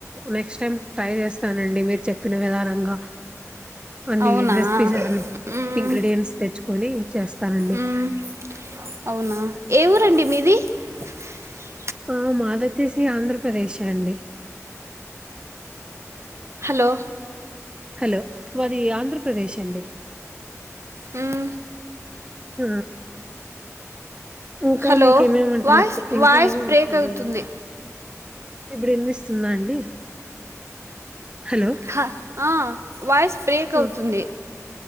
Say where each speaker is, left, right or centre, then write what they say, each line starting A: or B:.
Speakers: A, on the right; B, on the right.
A: నెక్స్ట్ టైమ్ ట్రై చేస్తానండి మీరు చెప్పిన విధానంగా అన్ని
B: అవునా
A: రెసిపీస్ అ
B: మ్మ్.
A: ఇంగ్రీడియంట్స్ తెచ్చుకొని చేస్తానండి
B: మ్మ్. అవునా ఏ ఊరండి <inaudible>
A: ఆ మాది వచ్చేసి ఆంధ్రప్రదేశే అండి
B: హలో
A: హలో మాది ఆంధ్రప్రదేశ్ అండి
B: అవు
A: హ ఇంకా
B: హలో
A: మీకేమేమి వంటాలచ్చ
B: వాయిస్
A: ఇంకా
B: వాయిస్
A: ఏమేవ
B: బ్రేక్
A: వచ్చండి
B: అవుతుంది
A: మీ ఇప్పుడు విన్మిస్తుందా అండి హలో
B: హ ఆ వాయిస్ బ్రేక్ అవుతుంది
A: ఆ!